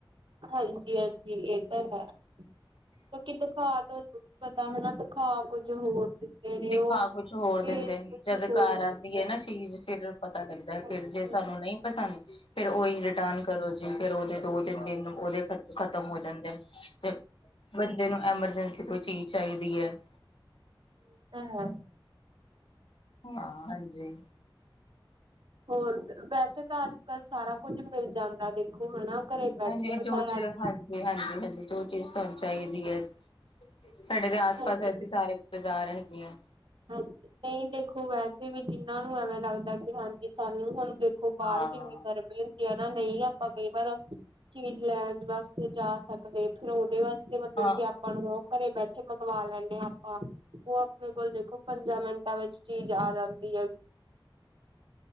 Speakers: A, on the right; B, on the left.
A: ਹਾਂਜੀ ਹਾਂਜੀ ਇਹ ਤਾਂ ਹੈ ਕਿਉਕ ਦਿਖਾ ਤੁਹਾਨੂੰ ਪਤਾ ਹਨਾ ਤਖਾ ਕੁੱਝ ਹੋਰ ਦਿੰਦੇ ਨੇ
B: ਦਿਖਾ
A: ਉਹ
B: ਕੁਛ ਹੋਰ
A: ਭੇਜ
B: ਦਿੰਦੇ ਨੇ
A: ਕੁਛ
B: ਜਦ
A: ਹੋਰ
B: ਘਰ
A: ਦਿੰਦੇ
B: ਆਉਂਦੀ ਹੈ
A: ਨੇ
B: ਨਾ ਚੀਜ਼ ਫਿਰ ਪਤਾ ਲੱਗਦਾ
A: ਹਾਂਜੀ
B: ਫਿਰ ਜਿਸ ਸਾਨੂੰ ਨਹੀਂ ਪਸੰਦ ਫਿਰ ਉਹੀ ਰਿਟਰਨ ਕਰੋ ਜੀ ਫੇਰ ਉਹਦੇ ਦੋ ਦਿਨ ਉਹਦੇ ਖ ਖਤਮ ਹੋ ਜਾਂਦੇ ਨੇ ਤੇ ਬੰਦੇ ਨੂੰ ਐਮਰਜਸੀ <unintelligible> ਕੋਈ ਚੀਜ਼ ਚਾਹੀਦੀ ਹੈ।
A: ਹਾਂ।
B: ਹਾਂ ਹਾਂਜੀ
A: ਹੋਰ ਵੈਸੇ ਤਾਂ ਅੱਜ ਕੱਲ ਸਾਰਾ ਕੁੱਝ ਮਿਲ ਜਾਂਦਾ ਦੇਖੋ ਹਨਾ। ਘਰੇ ਬੈਠੇ
B: ਹਾਂਜੀ
A: ਬਿਠਾਇਆ
B: ਜੋ ਚ
A: ਨੂੰ
B: ਹਾਂਜੀ ਹਾਂਜੀ ਹਾਂਜੀ ਜੋ ਚੀਜ਼ ਸਾਨੂੰ ਚਾਹੀਦੀ ਹੈ। ਸਾਡੇ ਦੇ ਆਸ
A: ਹਾਂਜੀ
B: ਪਾਸ ਵੈਸੇ ਸਾਰੇ ਬਾਜ਼ਾਰ ਹੈਗੇ ਆ।
A: ਹਾਂਜੀ ਨਹੀਂ ਦੇਖੋ ਵੈਸੇ ਵੀ ਜਿਹਨਾਂ ਨੂੰ ਐਵੇਂ ਲੱਗਦਾ ਕਿ ਹਾਂਜੀ ਸਾਨੂੰ ਹੁਣ ਦੇਖੋ ਬਾਹਰ
B: ਹਾਂ
A: ਕਿੰਨੀ ਗਰਮੀ ਹੁੰਦੀ ਹੈ ਨਾ ਨਹੀਂ ਆਪਾਂ ਕਈ ਵਾਰ ਚੀਜ਼ ਲੈਣ ਵਾਸਤੇ ਜਾ ਸਕਦੇ ਫੇਰ ਉਹਦੇ ਵਾਸਤੇ ਮਤਲਬ
B: ਹਾਂ
A: ਕਿ ਆਪਾਂ ਨੂੰ ਉਹ ਘਰੇ ਬੈਠੇ ਪਕਵਾ ਲੈਂਦੇ ਹਾਂ ਆਪਾਂ ਉਹ ਆਪਣੇ ਕੋਲ ਦੇਖੋ ਪੰਜਾਂ ਮਿੰਟਾਂ ਵਿੱਚ ਚੀਜ਼ ਆ ਜਾਂਦੀ ਹੈਗੀ।